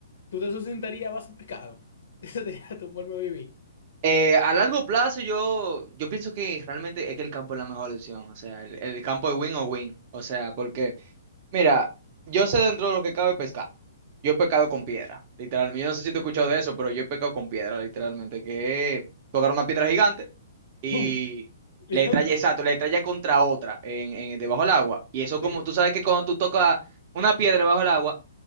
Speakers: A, on the left; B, on the right.
A: tú te sustentarías a base de pescado. <laughs> Esa sería tu forma de vivir.
B: Eh, a largo plazo yo, yo pienso que realmente es que el campo es la mejor opción. O sea, el, el campo es win o win. O sea, porque... Mira, yo sé dentro de lo que cabe pescar. Yo he pecado con piedra, literalmente. Yo no sé si te he escuchado de eso, pero yo he pecado con piedra, literalmente. Que tú agarras una piedra gigante y
A: ¡Bum! <laughs>
B: le estrellas, exacto, le estrellas contra otra en, en- debajo del agua. Y eso
A: Sí,
B: como, tú sabes que cuando tú tocas una piedra debajo del agua,